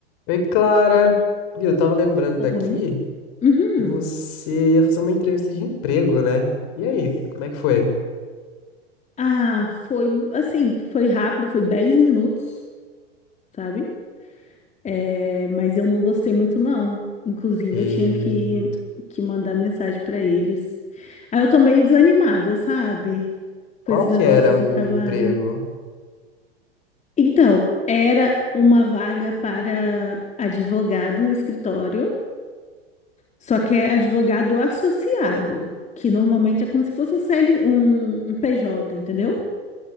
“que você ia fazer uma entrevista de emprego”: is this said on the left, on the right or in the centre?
Left